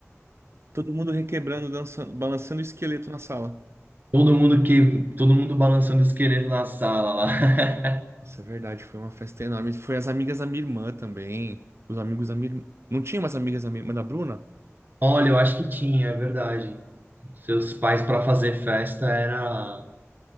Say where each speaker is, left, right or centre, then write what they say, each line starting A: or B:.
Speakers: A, on the right; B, on the right.
A: Todo mundo requebrando, dançando, balançando o esqueleto na sala.
B: Todo mundo que, todo mundo balançando esqueleto na sala lá.
A: Nossa, é verdade, foi uma festa enorme. Foi as amigas da minha irmã também. Os amigos da minha irmã. Não tinha mais amigas da minha irmã da Bruna?
B: <laughs> Olha, eu acho que tinha, é verdade. Seus pais para fazer festa era